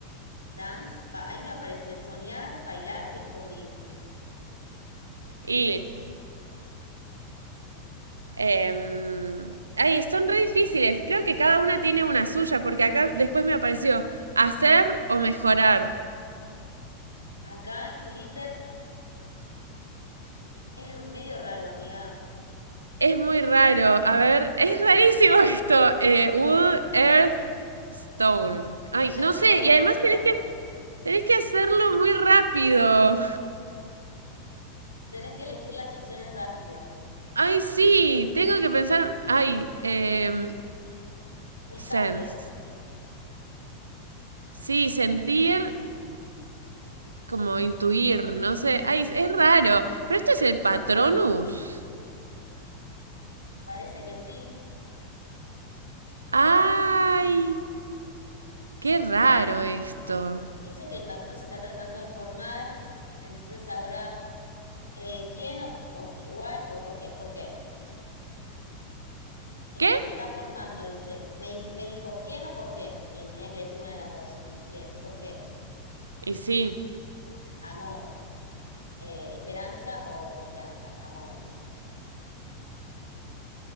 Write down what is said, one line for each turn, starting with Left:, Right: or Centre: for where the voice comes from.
Left: dance, ba- ahí me aparece soñar, bailar, descubrir.
Right: Y... em, ay, son re difíciles. Creo que cada una tiene una suya porque acá después me apareció hacer o mejorar.
Left: Acá, glitter, es medio raro, amiga.
Right: Es muy raro. A ver, es rarísimo <laughs> esto. Eh, wood, Earth, Stone. Ay,
Left: Brillante
Right: no sé.
Left: o
Right: Y
Left: sombra.
Right: además tenés que, tenés que hacerlo muy rápido.
Left: Tenés que elegir las opciones rápido.
Right: Ay, sí. Tengo que pensar. Ay, em,
Left: Escape.
Right: sense. Sí, sentir como intuir. No sé. Ay, es raro. Pero esto es el Patronus.
Left: Parece que sí.
Right: Ay, qué raro esto.
Left: Dice que el patrón se está tratando de formar. Entonces ahora, eh, ¿quién o, o, qui- why- o por qué? ¿Por qué? Este
Right: ¿Qué?
Left: se está formando, dice. Me, dij- me dijo, ¿quién o por qué? Y tenía que elegir una de las dos. Y elegí por qué.
Right: Y sí.
Left: Amor. eh, esperanza o confianza. Amor, elegí.